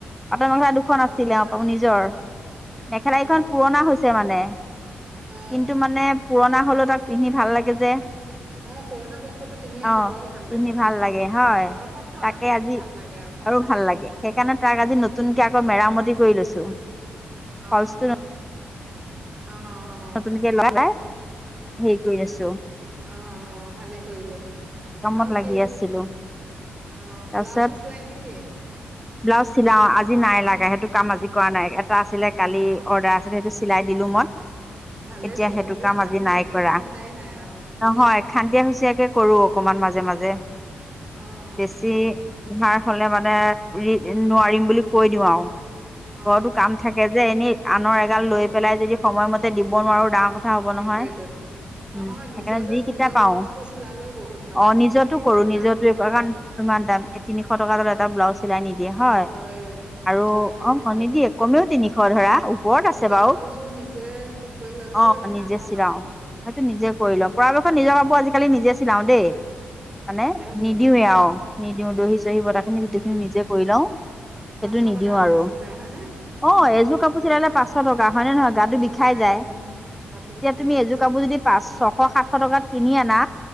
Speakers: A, in the centre; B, on the right.
A: পাটৰ মেখেলা দুখন
B: অ
A: আছিলে, অ
B: আহ
A: নিজৰ। মেখেলা কিখন
B: অ
A: পুৰণা হৈছে মানে।
B: অ
A: কিন্তু মানে পুৰণা হ'লও তাক পিন্ধি ভাল লাগে যে।
B: অ, পুৰণা বস্তুটো পিন্ধি আকৌ
A: অ
B: বৰ ভাল
A: পিন্ধি
B: লাগে ন?
A: লাগে হয়
B: গৰমটো
A: তাকে
B: আৰু বেছি
A: আজি
B: ভাল লাগে। পুৰণা
A: আৰু ভাল
B: খিনি
A: লাগে। সেকাণে তাক আজি নতুনকে
B: উম
A: আকৌ মেৰামতি কৰি লৈছোঁ।
B: অ
A: ফলচটো
B: অ
A: <unintelligible> হেই কৰি আছো।
B: অ অ অ, ভালেই কৰিলে।
A: কামত
B: আৰু
A: লাগি
B: কি
A: আছিলো
B: অ,
A: তাৰপিছত
B: ব্লাউজো চিলাই নেকি?
A: ব্লাউজ চিলাও। আজি নাই লাগা সেইটো কাম
B: অ
A: আজি কৰা নাই। এটা আছিলে কালি
B: অ
A: অৰ্ডাৰ আছিলে। সেইটো চিলাই দিলো মই।
B: ভালেই
A: এতিয়া
B: চোন
A: সেইটো
B: এইবিলাক
A: কাম আজি নাই
B: জানিলে
A: কৰা,
B: চিন্তাই নাই আৰু
A: নহয়
B: নিজৰ উম
A: খান্দিয়া হুচিয়াকে কৰোঁ। অকণমান মাজে, মাজে।
B: অ'।
A: বেছি <unintelligible> হ'লে মানে নোৱাৰিম বুলি কৈ দিওঁ আৰু।
B: অ
A: ঘৰতো কাম থাকে যে এনে আনৰ এগাল
B: সেইটো
A: লৈ
B: হয়
A: পেলাই যদি সময়মতে দিব নোৱাৰোঁ। ডাঙৰ
B: দিব
A: কথা হ'ব
B: ন
A: নহয়।
B: সেইটোৱেইটো নহয়
A: উম, সেইকাৰণে
B: নিজৰ যে
A: যিকেইটা
B: নিজৰ
A: পাও
B: ব্লাউজটো চিলালেও বহুত মানে
A: অ',
B: গম
A: নিজৰতো
B: পালে নে ইমান
A: কৰো নিজটো
B: দাম নহ'লে
A: অকণমান। ইমান দাম
B: উম
A: তিনিশ টকাত এটা ব্লাউজ চিলাই
B: তিনিশ
A: নিদিয়ে হয়
B: লয় উম
A: আৰু
B: হয়তো
A: অ',
B: সেইটোৱেইটো
A: নিদিয়ে কমেও তিনিশ ধৰা ওপৰত
B: নিজৰ
A: আছে বাৰু।
B: কাপোৰযোৰ নিজে ঠিক কৰি ল'লেও
A: অ',
B: সেইটো
A: নিজে
B: ডাঙৰ
A: চিলাও
B: কথা
A: সিহঁতে
B: মানে
A: নিজে কৰি লয় পৰাপক্ষত
B: উম
A: নিজৰ কাপোৰ আজিকালি নিজে চিলাওঁ দেই। মানে
B: ভালে হৈছে
A: নিদিওৱে
B: উম
A: আৰু নিদিওঁ দহি চহি বতাহখিনি
B: উম
A: গোটেইখিনি
B: হম
A: নিজে কৰি লওঁ।
B: পাঁচশ
A: সেইটো নিদিওঁ
B: টকা এটা
A: আৰু
B: বাচি
A: অ',
B: যায় হয়নে উম
A: এযোৰ
B: কমচে
A: কাপোৰ চিলালে
B: কম উম
A: পাঁচশ টকা হয় নে নহয় গাটো
B: পাঁচশ
A: বি বিষাই যায়।
B: উম গাটো বিষাই
A: এতিয়া তুমি
B: যায়
A: এযোৰ
B: সঁচাকে
A: কাপোৰ যদি পাঁচ, ছশ, সাতশ টকাত কিনি আনা।